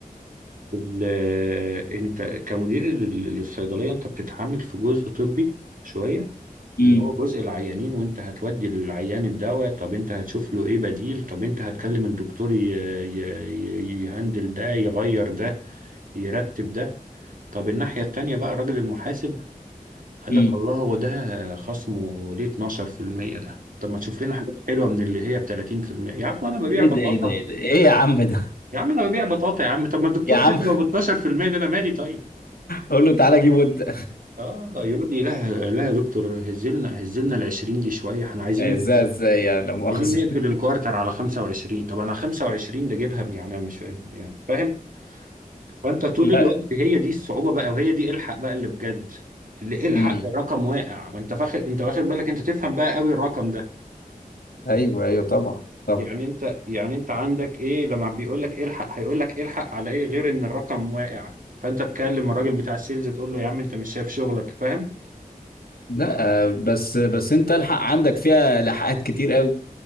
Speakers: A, on the right; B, on the left.
A: ال- انت كمدير لل- للصيدلية انت بتتعامل في جزء طبي شوية
B: امم
A: اللي هو جزء العيانين وانت هتودي للعيان الدواء طب انت هتشوف له ايه بديل طب انت هتكلم الدكتور ي... ي... ي- يهندل ده يغير ده يرتب ده طب الناحية التانية بقى الراجل المحاسب قال
B: امم
A: لك الله هو ده خصمه ليه 12% ده طب ما تشوف لنا حاجة حلوة من اللي هي ب 30% يا عم انا ببيع
B: ايه
A: بطاطا
B: ده ايه ده ايه ده ايه يا عم ده <laughs>
A: يا عم انا ببيع بطاطا يا عم طب ما الدكتور
B: يا عم
A: كاتب ابو 12% ده انا مالي طيب
B: قول له تعالى جيبه انت
A: اه يقول لي لا لا يا دكتور هزلنا هزلنا ال 20 دي شويه احنا عايزين
B: ازاي ازاي يعني لا مؤاخذه
A: عايزين
B: <laughs>
A: نقفل الكوارتر على 25 طب انا 25 ده جيبها يعني انا مش فاهم يعني فاهم فانت طول
B: لا
A: الوقت هي دي الصعوبة بقى وهي دي الحق بقى اللي بجد اللي الحق
B: امم
A: الرقم واقع وانت فاخد انت واخد بالك انت تفهم بقى قوي الرقم ده
B: ايوه ايوه طبعا طبعا
A: يعني انت يعني انت عندك ايه لما بيقول لك إيه الحق هيقول لك إيه الحق على ايه غير ان الرقم واقع فانت تكلم الراجل بتاع السيلز تقول له يا عم انت مش شايف شغلك فاهم
B: لا آه، بس بس انت الحق عندك فيها لحقات كتير قوي